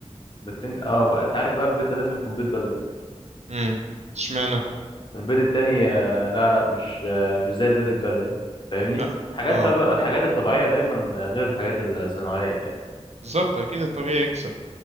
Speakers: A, on the left; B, on the right.
A: بتن... اه بقى- انت عارف بقى البيض ده لازم يكون بيض بلدي
B: امم اشمعنى
A: البيض التاني آه، لا لا مش آه، مش زي البيض البلدي فاهمني
B: لا
A: حاجات
B: اه
A: طب الحاجات الطبيعية دايما آه، غير الحاجات الصناعية يعني
B: بالظبط اكيد الطبيعي يكسب